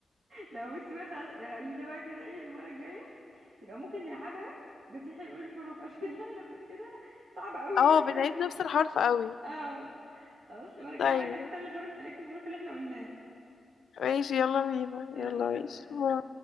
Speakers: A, on the right; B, on the left.
A: لا بصي بقى خلاص آه، خلينا بقى كده ايه المرة الجاية يبقى ممكن نلعبها بس احنا نقول الحروف <laughs> عشان احنا كده صعب قوي
B: اه
A: ان احنا
B: بنعيد
A: نقول
B: نفس الحرف قوي
A: اه خلاص المرة الجاية
B: طيب
A: بقى نختار الحروف نكتب الحروف اللي احنا قلناها
B: ماشي يلا بينا
A: يلا
B: يلا
A: سلام
B: ماشي باي.